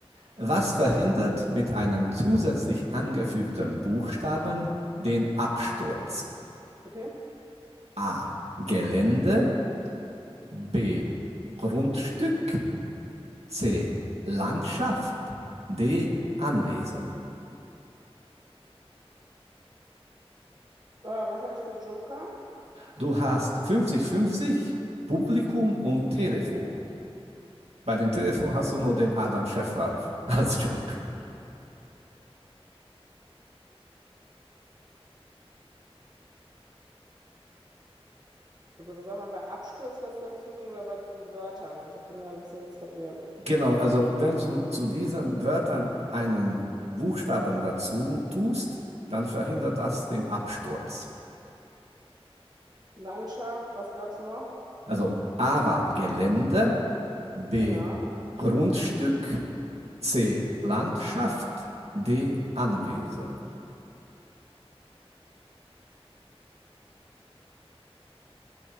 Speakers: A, on the right; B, on the right.
A: Was verhindert mit einem zusätzlich angefügten Buchstaben den Absturz?
B: Okay. Äh,
A: A. Gelände. B. Grundstück. C. Landschaft. D. Anwesen.
B: was habe ich für Joker?
A: Du hast fünfzig fünfzig Publikum und Telefon. Bei dem Telefon hast du nur den Adam Schäffer <laughs> als Joker.
B: Also soll man bei Absturz was dazu fügen oder bei diesen Wörtern? Ich bin da ein bisschen jetzt verwirrt.
A: Genau, also wenn du zu diesen Wörtern einen Buchstaben dazu tust, dann verhindert das den Absturz.
B: Landschaft, was gab's noch?
A: Also A war Gelände, B
B: Ja.
A: Grundstück, C Landschaft, D Anwesen.